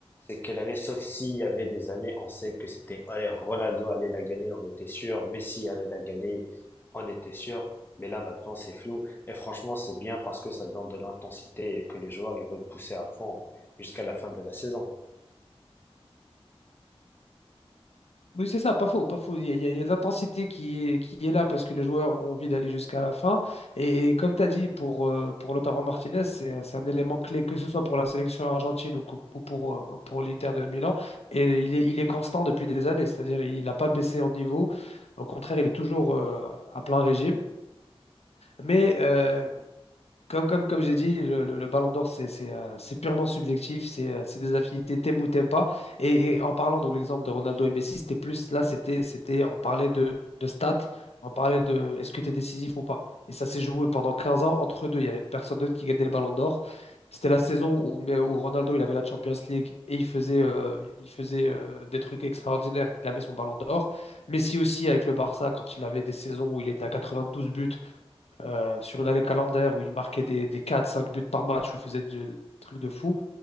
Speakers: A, on the left; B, on the left.
A: c'est quelle année, sauf s'il y avait des années, on sait que c'était, allez, Ronaldo allait la gagner, on était sûr, Messi allait la gagner, on était sûr, mais là maintenant c'est flou, et franchement c'est bien parce que ça donne de l'intensité et que les joueurs ils veulent pousser à fond jusqu'à la fin de la saison.
B: Oui, c'est ça, pas faux, pas faux. Il y a, il y a- il y a de l'intensité qui est, qui est là parce que les joueurs ont envie d'aller jusqu'à la fin. Et, et comme tu as dit, pour, euh, pour Lautaro Martinez, c'est, c'est un élément clé, que ce soit pour la sélection argentine ou, co- ou pour, euh, pour l'Inter de Milan. Et il est, il est constant depuis des années, c'est-à-dire il n'a pas baissé en niveau. Au contraire, il est toujours euh, à plein régime. Mais euh, comme, comme, comme j'ai dit, le, le- le Ballon d'Or, c'est c'est, euh, c'est purement subjectif, c'est euh, c'est des affinités, t'aimes ou t'aimes pas. Et, et en parlant de l'exemple de Ronaldo et Messi, c'était plus, là, c'était, c'était, on parlait de, de stats, on parlait de est-ce que tu es décisif ou pas. Et ça s'est joué pendant 15 ans entre deux. Il n'y avait personne d'autre qui gagnait le Ballon d'Or. C'était la saison où, mais où Ronaldo, il avait la Champions League et il faisait, euh, il faisait euh, des trucs extraordinaires. Il avait son Ballon d'Or. Messi aussi avec le Barça, quand il avait des saisons où il était à 92 buts euh, sur une année calendaire où il marquait des, des 4-5 buts par match, où il faisait du- des trucs de fou,